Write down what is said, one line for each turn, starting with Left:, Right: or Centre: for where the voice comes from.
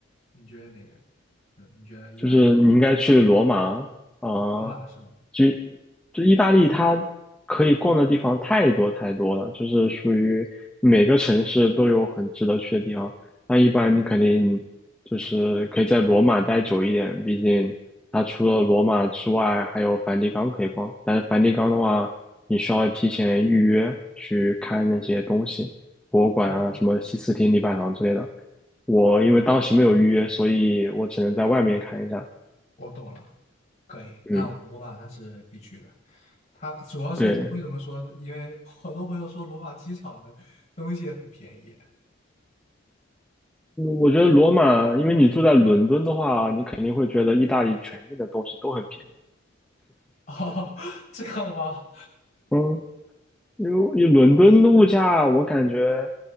Left: 你觉得哪个？呃你觉得意大利
Centre: 就是你应该去罗马啊，呃
Left: 罗马是吗？
Centre: 就就意大利，它可以逛的地方太多太多了，就是属于每个城市都有很值得去的地方。那一般你肯定就是可以在罗马待久一点，毕竟它除了罗马之外还有梵蒂冈可以逛。但是梵蒂冈的话，你需要提前预约去看那些东西，博物馆啊，
Left: 哦，
Centre: 什么西斯廷礼拜堂之类的。我因为当时没有预约，所以我只能在外面看一下。
Left: 我懂了，可以。那我罗马那是必去的。
Centre: 嗯，
Left: 它主要是为什么说因为很多朋友说罗马机场的东西很便宜。
Centre: 对，嗯我觉得罗马，因为你住在伦敦的话，你肯定会觉得意大利全境的东西都很便宜。
Left: <laughs> 哦，这样吗？
Centre: 嗯，因为因为伦敦的物价，我感觉，